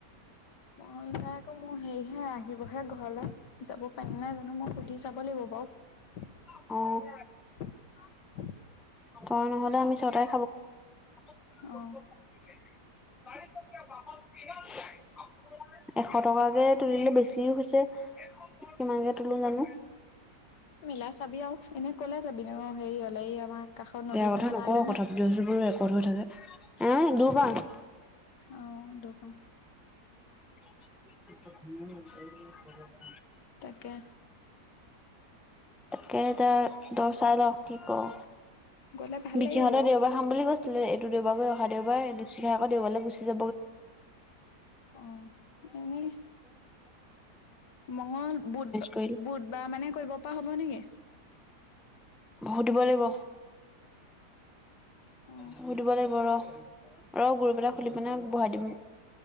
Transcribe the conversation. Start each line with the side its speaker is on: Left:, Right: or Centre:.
Left: মই নাই আকৌ মোৰ হেৰিহে আহিবহে ঘৰলৈ যাব পাৰিল নাই জানো মই সুধি যাব লাগিব বাৰু। <unintelligible>
Centre: অ',
Left: <unintelligible>
Centre: তই নহ'লে আমি ছটাই। চাৰি
Left: অ
Centre: বি <unintelligible> এশ টকাকে তুলিলে বেছিও হৈছে কিমানকে তুলো জানো।
Left: মিলাই চাবি আৰু এনেই কলে যাবি ন হেৰি হলে এই আমাৰ কাষৰ নদীখনত
Centre: বেয়া কথা নকওঁ
Left: তালে?
Centre: <unintelligible> ৰেকৰ্ড হৈ থাকে এ দুবাৰ।
Left: অ, দুবাৰ।
Centre: <unintelligible>
Left: তাকে।
Centre: তাকেটা দচা ল কি কও।
Left: গলে ভাল
Centre: বিকিহঁতে
Left: লাগিব বাৰু
Centre: দেওবাৰ খাম বুলি কৈছিলে এইটো দেওবাৰ গৈ অহা দেওবাৰ দীপশিখা আকৌ দেওবাৰলৈ গুছি <inaudible>
Left: অ এনেই মঙল বুধ
Centre: কৰিলো।
Left: বুধবাৰ মানে কৰিব পৰা হ'ব নেকি?
Centre: সুধিব লাগিব,
Left: অ
Centre: সুধিব লাগিব ৰহ।
Left: <inaudible>
Centre: ৰ গুুৰ পেলাই খুলি পিনে বহাই দিম